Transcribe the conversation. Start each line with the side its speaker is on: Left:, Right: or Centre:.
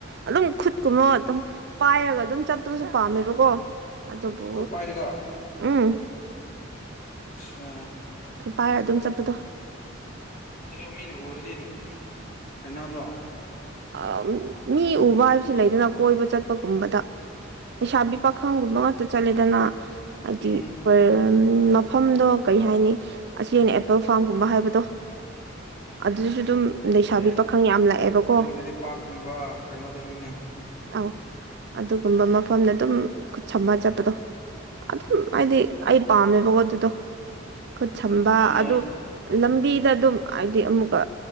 Right: ꯑꯗꯨꯝ ꯈꯨꯠꯀꯨꯝꯕ ꯑꯗꯨꯝ ꯄꯥꯏꯔꯒ ꯑꯗꯨꯝ ꯆꯠꯄꯁꯨ ꯄꯥꯝꯃꯦꯕꯀꯣ ꯑꯗꯨꯗꯕꯨ
Left: ꯈꯨꯠ ꯄꯥꯏꯔꯒ
Right: ꯎꯝ
Left: ꯑꯆꯥ
Right: ꯅꯨꯄꯥꯥꯏꯔꯒ ꯑꯗꯨꯝ ꯆꯠꯄꯗꯣ
Left: ꯑꯗꯣ ꯃꯤꯅ ꯎꯔꯗꯤ ꯍꯥꯏꯅꯕ꯭ꯔꯣ
Right: ꯑ ꯃꯤ ꯎꯕ ꯍꯥꯏꯕꯁꯤ ꯂꯩꯗꯅ ꯀꯣꯏꯕ ꯆꯠꯄꯒꯨꯝꯕꯗ ꯂꯩꯁꯥꯕꯤ ꯄꯥꯈꯪꯒꯨꯝꯕ ꯉꯥꯛꯇ ꯆꯠꯂꯦꯗꯅ ꯍꯥꯏꯗꯤꯔ
Left: ꯎꯝ
Right: ꯎ ꯃꯐꯝꯗꯣ ꯀꯩ ꯍꯥꯏꯅꯤ ꯑꯁꯤꯁꯦꯡꯅ ꯑꯦꯄꯜ ꯐꯥꯔꯝꯒꯨꯝꯕ ꯍꯥꯏꯕꯗꯣ ꯑꯗꯨꯁꯨ ꯑꯗꯨꯝ
Left: ꯑꯣꯀꯦ
Right: ꯂꯩꯁꯥꯕꯤ ꯄꯥꯈꯪ ꯌꯥꯝ ꯂꯥꯛꯑꯦꯕꯀꯣ
Left: ꯅꯪꯒꯤꯗꯨꯗꯤ ꯄꯥꯛꯀꯨꯝꯕ ꯀꯩꯅꯣꯗꯅꯤꯅꯦ
Right: ꯑꯧ ꯑꯗꯨꯒꯨꯝꯕ ꯃꯐꯝꯗ ꯑꯗꯨꯝ ꯈꯨ ꯁꯝꯃ ꯆꯠꯄꯗꯣ ꯑꯗꯨꯝ ꯍꯥꯏꯗꯤ ꯑꯩ ꯄꯥꯝꯃꯦꯕ ꯄꯣꯠꯇꯨꯗꯣ ꯈꯨꯠ ꯁꯝꯕ
Left: ꯑꯗꯨꯁꯨ ꯌꯥꯏ
Right: ꯑꯗꯨ ꯂꯝꯕꯤꯗ ꯑꯗꯨꯝ ꯍꯥꯏꯗꯤ ꯑꯃꯨꯛꯀ